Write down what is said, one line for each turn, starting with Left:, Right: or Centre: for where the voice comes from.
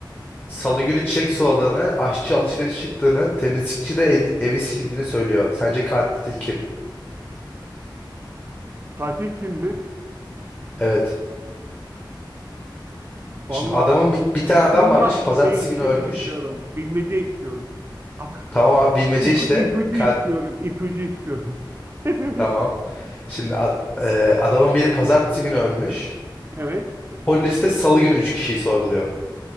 Left: salı günü çiçek suladığını, aşçı alışveriş çıktığını, temizlikçi de el- evi sildiğini söylüyor. Sence katil kim?
Right: Tatil kim mi?
Left: Evet.
Right: Vallahi
Left: Şimdi adamın bir, bir tane adam
Right: bununla
Left: varmış.
Right: bir
Left: Pazartesi
Right: şey
Left: günü ölmüş.
Right: istiyorum. Bilmece istiyorum. Ama
Left: Tamam abi bilmece
Right: ip,
Left: işte.
Right: ipucu
Left: Kat
Right: istiyorum. ipucu istiyorum. <laughs>
Left: tamam. Şimdi a- e, adamın biri pazartesi günü ölmüş.
Right: Evet.
Left: Polis de salı günü 3 kişiyi sorguluyor.